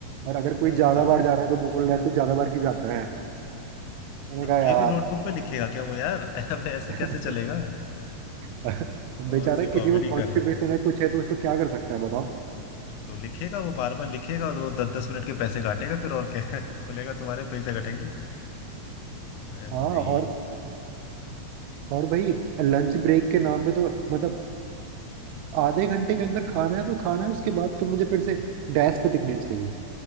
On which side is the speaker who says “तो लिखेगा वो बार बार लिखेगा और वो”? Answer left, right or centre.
Left